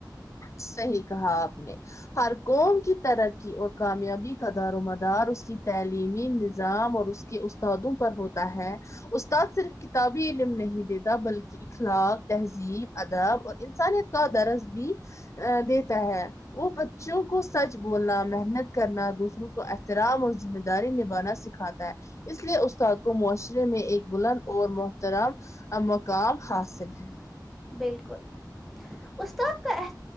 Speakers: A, on the left; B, in the centre.
A: صحیح کہا آپ نے ہر قوم کی ترقی اور کامیابی کا دار و مدار اس کی تعلیمی نظام اور اس کے استادوں پر ہوتا ہے استاد صرف کتابی علم نہیں دیتا بلکہ اخلاق تہذیب ادب اور انسانیت کا درس بھی دیتا ہے وہ بچوں کو سچ بولنا محنت کرنا دوسروں کو احترام اور ذمہ داری نبھانا سھ کھاتا ہے اس لیے استاد کو معاشرے میں ایک بلند اور محترام مقام حاصل ہے
B: بالکل استاد کا